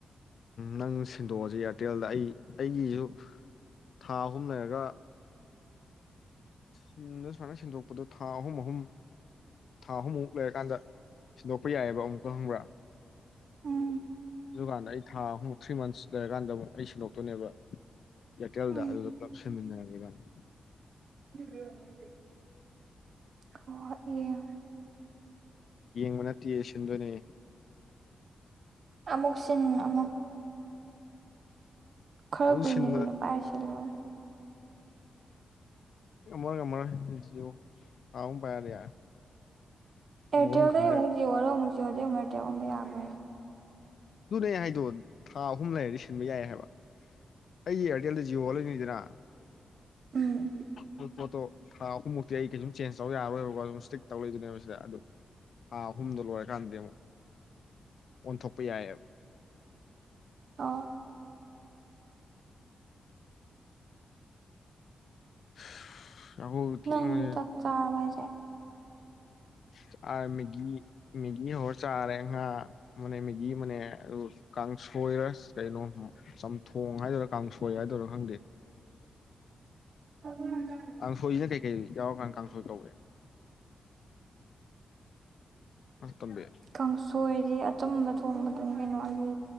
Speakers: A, on the left (about 65°); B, on the right (about 55°).
A: ꯅꯪ ꯁꯤꯟꯗꯣꯛꯑꯁꯤ ꯏꯌꯥꯔꯇꯦꯜꯗ ꯑꯩ ꯑꯩꯒꯤꯁꯨ ꯊꯥ ꯑꯍꯨꯝ ꯂꯩꯔꯒ ꯁꯨꯃꯥꯏꯅꯗ ꯁꯨꯃꯥꯏꯅ ꯁꯤꯟꯗꯣꯛꯄꯗ ꯊꯥ ꯑꯍꯨꯝ ꯑꯍꯨꯝ ꯊꯥ ꯑꯍꯨꯝꯃꯨꯛ ꯂꯩꯔꯀꯥꯟꯗ ꯁꯤꯟꯗꯣꯛꯄ ꯌꯥꯏꯌꯦꯕ ꯑꯃꯨꯛꯀ ꯈꯪꯕ꯭ꯔꯥ
B: ꯎꯝ
A: ꯑꯗꯨꯀꯥꯟꯗ ꯑꯩ ꯊꯥ ꯑꯍꯨꯝ ꯊ꯭ꯔꯤ ꯃꯟꯠꯁ ꯂꯩꯔꯀꯗ ꯑꯃꯨꯛ ꯁꯤꯟꯗꯣꯛ ꯨꯅꯦꯕ ꯏꯌꯥꯔꯇꯦꯜꯗ
B: ꯎꯝ
A: ꯑꯗꯨꯗ ꯄꯨꯂꯞ ꯁꯦꯝꯃꯤꯟꯅꯔꯕꯅꯤꯅ
B: <unintelligible>
A: ꯌꯦꯡꯕ ꯅꯠꯇꯦ ꯁꯤꯟꯗꯣꯏꯅꯦ
B: ꯑꯃꯨꯛ ꯁꯤꯟ ꯑꯃꯨꯛ ꯈꯔ
A: ꯑꯗꯨ
B: ꯀꯨꯏꯅ
A: ꯁꯤꯟꯕꯗ
B: ꯀꯨꯏꯅ ꯄꯥꯏꯔꯁꯤ ꯂꯣꯏ
A: ꯉꯝꯃꯔꯣꯏ ꯉꯝꯃꯥꯔꯣꯏ ꯖꯤꯌꯣ ꯊꯥ ꯑꯍꯨꯝ ꯄꯥꯏꯔꯗꯤ ꯌꯥꯔꯦ
B: ꯑꯦꯌꯥꯔꯇꯦꯜꯗꯩꯩ
A: ꯃꯒꯨꯟ ꯈꯪꯖ
B: ꯑꯃꯨꯛ ꯖꯤꯑꯣ ꯑꯣꯜꯂꯥ ꯑꯃꯨꯛ ꯖꯤꯑꯣꯗꯩꯩ ꯑꯃꯨꯛ ꯑꯦꯔꯇꯦꯜ ꯑꯣꯟꯕ ꯌꯥꯕ꯭ꯔꯣ
A: ꯑꯗꯨꯅꯦ ꯍꯥꯏꯗꯣ ꯊꯥ ꯑꯍꯨꯝ ꯂꯩꯔꯗꯤ ꯁꯤꯟꯕ ꯌꯥꯏ ꯍꯥꯏꯕ ꯑꯩ ꯏꯌꯥꯔꯇꯦꯜꯗ ꯖꯤꯑꯣ ꯑꯣꯜꯂꯅꯤꯗꯅ
B: ꯎꯝ
A: ꯄꯣꯠꯇꯣ ꯊꯥ ꯑꯍꯨꯝꯃꯨꯛꯇꯤ ꯑꯩ ꯀꯩ ꯁꯨꯝ ꯆꯦꯟꯖ ꯇꯧ ꯌꯥꯔꯣꯏꯕꯀꯣ ꯑꯗꯨꯝ ꯏꯁ꯭ꯇꯤꯛ ꯇꯧ ꯂꯩꯗꯣꯏꯅꯦꯕ ꯁꯤꯗ ꯑꯗꯨ ꯊꯥ ꯑꯍꯨꯝꯗꯣ ꯂꯣꯏꯔꯀꯥꯟꯗꯤ ꯑꯃꯨꯛ ꯑꯣꯟꯊꯣꯛꯄ ꯌꯥꯏꯌꯦꯕ
B: ꯑꯥ
A: <unintelligible> ꯊꯦꯡꯕꯅ
B: ꯅꯪ ꯆꯥꯛ ꯆꯥꯔꯕꯣ ꯍꯥꯏꯁꯦ
A: ꯆꯥꯔꯦ ꯃꯦꯒꯤ ꯃꯦꯒꯤ ꯍꯧꯔ ꯆꯥꯔꯦ ꯉꯥ ꯃꯅꯦ ꯃꯦꯒꯤ ꯅꯦ ꯑꯗꯨ ꯀꯥꯡꯁꯣꯏꯔ ꯀꯩꯅꯣ ꯆꯝꯊꯣꯡ ꯍꯥꯏꯗꯣꯏꯔꯥ ꯀꯥꯡꯁꯣꯏ ꯍꯥꯏꯗꯣꯏꯔꯥ ꯈꯪꯗꯦ
B: ꯑꯣ <inaudible>
A: ꯀꯥꯡꯁꯣꯏ ꯁꯤꯅ ꯀꯩꯀꯩ ꯌꯥꯎꯔꯀꯥꯟꯗ ꯀꯥꯡꯁꯣꯏ ꯀꯧꯒꯦ ꯑ ꯇꯝꯕꯦ <unintelligible>
B: ꯀꯥꯡꯁꯣꯏꯗꯤ ꯑꯆꯝꯕ ꯊꯣꯡꯕꯗꯨꯅꯤ ꯀꯩꯅꯣ ꯑꯂꯨ